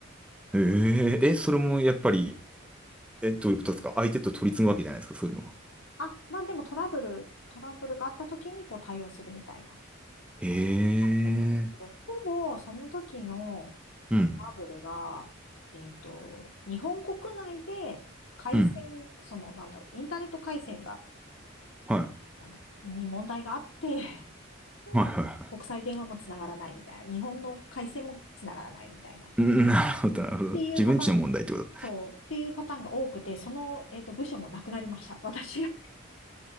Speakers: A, in the centre; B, on the left.
A: い。ええ、え、それもやっぱり、え、どういうことですか相手と取り次ぐわけじゃないですか、そういうのは。
B: あ、まあでもトラブル、トラブルがあった時にこう対応するみたいな
A: ええ。
B: 感じだったんですけど、ほぼその時の
A: うん。
B: トラブルが、えっと、日本国内で回線、
A: うん。
B: その、なんだろう、インターネット回線が、
A: はい。
B: なんだ、に問題があって、<laughs>
A: はいはいはい。
B: 国際電話もつながらないみたいな、日本の回線もつながらないみたいな、っ
A: うんなるほど、なるほど。
B: ていうパターン
A: 自分ちの問題ってこと。
B: そう、っていうパターンが多くて、その、えっと、部署もなくなりました。<laughs> 私が、